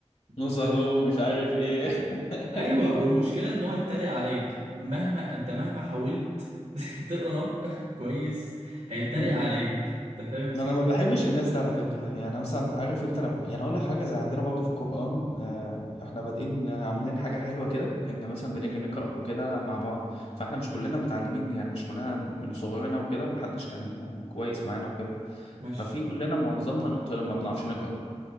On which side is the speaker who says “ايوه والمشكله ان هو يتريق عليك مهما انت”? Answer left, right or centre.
Right